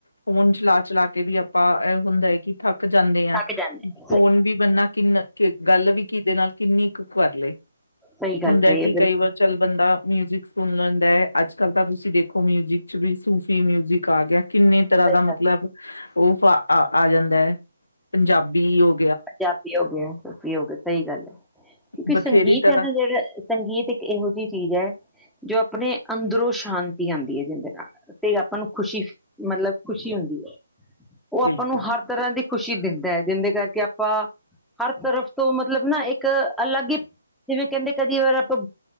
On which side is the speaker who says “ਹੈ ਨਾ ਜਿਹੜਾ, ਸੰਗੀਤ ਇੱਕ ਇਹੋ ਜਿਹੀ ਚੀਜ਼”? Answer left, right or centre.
Centre